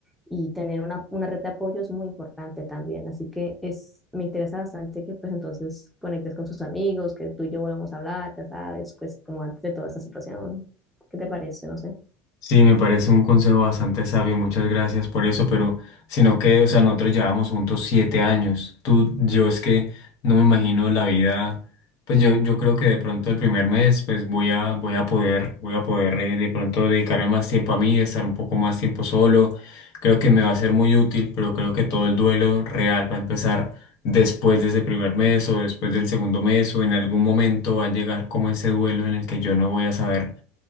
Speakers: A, in the centre; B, on the left (about 60°).
A: y tener una, una red de apoyo es muy importante también, así que es, me interesa bastante que pues entonces conectes con tus amigos, que tú y yo volvamos a hablar, ya sabes, pues como antes de toda esta situación, ¿qué te parece? No sé.
B: Sí, me parece un consejo bastante sabio, muchas gracias por eso, pero sino que, o sea, nosotros llevamos juntos siete años. Tú, yo es que no me imagino la vida, pues yo, yo creo que de pronto el primer mes, pues voy a, voy a poder, voy a poder eh, de pronto dedicarme más tiempo a mí, estar un poco más tiempo solo. Creo que me va a ser muy útil, pero creo que todo el duelo real va a empezar después de ese primer mes o después del segundo mes o en algún momento va a llegar como ese duelo en el que yo no voy a saber